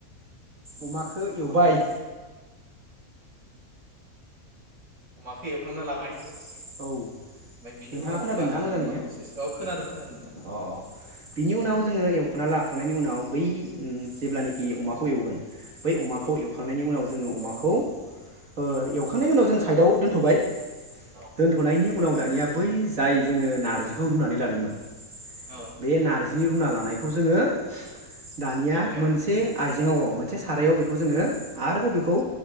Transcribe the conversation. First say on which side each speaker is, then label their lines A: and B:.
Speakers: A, on the right; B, on the right.
A: अ
B: अमखौ
A: अमाखौ
B: एवबाय
A: अमाखौ एवफ्रामना लाबाय
B: औ
A: ओमफ्राय बेनि
B: नोंथाङा
A: उनाव
B: खोनादोंना
A: मा खालामगोन
B: मोजाङैनो
A: मा
B: औ
A: प्रसेस
B: खोनादों
A: नोंथां
B: अ अ बिनि उनाव जोङो <unintelligible> लाखांनायनि उनाव बै जेब्लानाखि अमाखौ एवगोन बै अमाखौ
A: औ
B: एवखांनायनि उनाव जो जोङो अमाखौ ओ
A: उम
B: एवखांनायनि उनाव जों सा साइदआव दोन्थ'बाय
A: औ
B: दोनथ'नायनि उनाव दानिया बै जाय जोङो नारजिखौ रुनानै लादोंमोन
A: औ
B: बे नारज जि रुना लानायखौ जोङो दानिया
A: सारायाव
B: मोनसे आइजेंङाव अ मोनसे सारायाव बेखौ जोङो आरोबाव बेखौ